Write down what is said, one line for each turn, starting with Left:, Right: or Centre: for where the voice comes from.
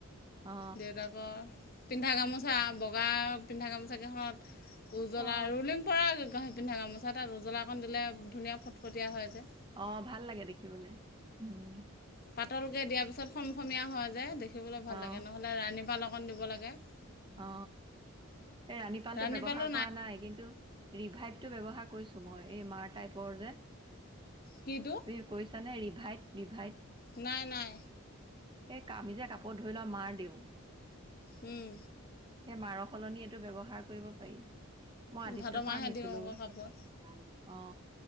Right: অ
Left: দেউতাক কৰ পিন্ধা গামোচা, বগা পিন্ধা গামোচাকেইখনত উজলা
Right: অ
Left: ৰুলিংপৰা ঘৰত পিন্ধা গামোচা তাত উজলাকণ দিলে ধুনীয়া ফটফটীয়া হয় যে।
Right: অ, ভাল লাগে দেখিবলে, উম।
Left: পাতলকে দিয়াৰ পিছত খমখমীয়া হৈ যায় দেখিবলৈ ভাল
Right: অ
Left: লাগে নহ'লে ৰাণীপাল অকণ দিব লাগে।
Right: অ, এই ৰাণীপালটো
Left: ৰাণী
Right: ব্যৱহাৰ
Left: পালো
Right: কৰা নাই কিন্তু ৰিভাইভটো ব্যৱহাৰ কৰিছোঁ মই, এই মাৰ টাইপৰ যে।
Left: কিটো?
Right: তুমি কৈছানে ৰিভাইভ ৰিভাইভ?
Left: নাই, নাই।
Right: সেই কামি যে কাপোৰ ধুই লৈ মাৰ দিওঁ
Left: উম।
Right: সেই মাৰৰ সলনি এইটো ব্যৱহাৰ কৰিব পাৰি। মই আদিত্যৰপৰা
Left: ভাদ মাহহে
Right: আনিছিলোগৈ।
Left: দিওঁ আকৌ কাপোৰত
Right: অ।